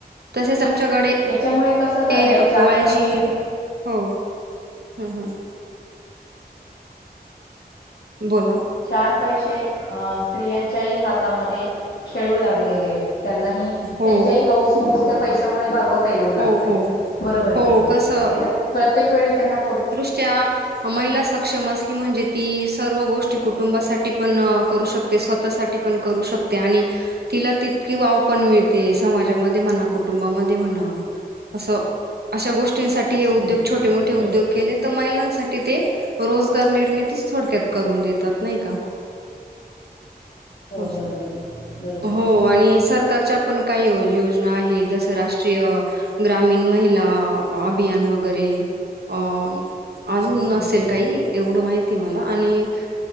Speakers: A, on the right; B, on the left.
A: तसेच आमच्याकडे
B: याच्यामुळे कसं झालंय
A: <inaudible>
B: चार
A: पोळ्याची-
B: पैसे
A: हो, हं, हं. बोला.
B: चार पैसे अ.. स्त्रियांच्याही हातामध्ये खेळू लागलेले आहेत, त्यांनाही-
A: हो
B: त्यांच्या ही हाऊस, मऊस त्या पैशमुळे भागवत- येऊ लागतात
A: हो हो
B: बरोबर
A: हो
B: की नाही, नाही
A: कसं
B: तर प्रत्येक वेळी त्यांना-
A: च्या, महिला सक्षम असली म्हणजे ती सर्व गोष्टी कुटुंबासाठी पण करू शकत- ते स्वतःसाठी पण करू शकते आणि- तिला तितकी वाव पण मिळते, समाजामध्ये म्हणा, कुटुंबामध्ये म्हणा. असं, अशा गोष्टींसाठी हे उद्योग
B: हम्म.
A: छोटे-मोठे उद्योग
B: हम्म.
A: केलेत‌. तर महिलांसाठी ते, रोजगार निर्मिती थोडक्यात करून देतात नाही का? हो
B: बरोबर आहे बरोबर
A: <unintelligible> हो
B: आहे
A: आणि सर- कारच्या पण काही यो, योजना आहेत, जसं राष्ट्रीय- ग्रामीण महिला, अभियान वगैरे, अं.. - अजून
B: हम्म.
A: नसेल काही, एवढं माहितेय मला आणि-